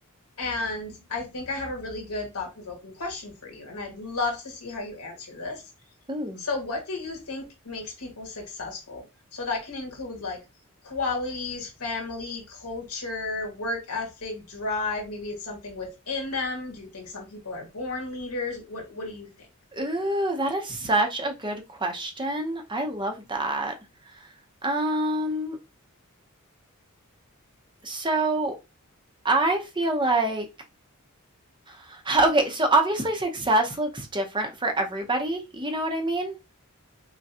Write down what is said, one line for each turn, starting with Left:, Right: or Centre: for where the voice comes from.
Left: And I think I have a really good thought-provoking question for you, and I'd love to see how you answer this.
Right: Ooh.
Left: So, what do you think makes people successful? So that can include like qualities, family, culture, work ethic, drive. Maybe it's something within them. Do you think some people are born leaders? What what do you think?
Right: Ooh, that is such a good question. I love that. Um, so I feel like <sighs> okay, so obviously success looks different for everybody. You know what I mean?